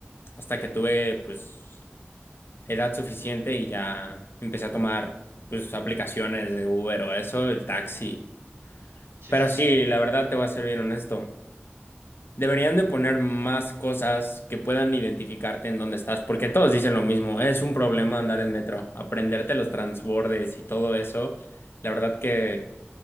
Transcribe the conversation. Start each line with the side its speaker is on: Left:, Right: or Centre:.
Left: hasta
Right: sí,
Left: que tuve pues edad suficiente y ya empecé a tomar pues aplicaciones de Uber o eso, el taxi.
Right: o- sí,
Left: Pero
Right: sí, sí.
Left: sí, la verdad te voy a ser bien honesto. Deberían de poner más cosas que puedan identificarte en dónde estás, porque todos dicen lo mismo. Es un problema andar en metro, aprenderte los transbordes y todo eso. La verdad que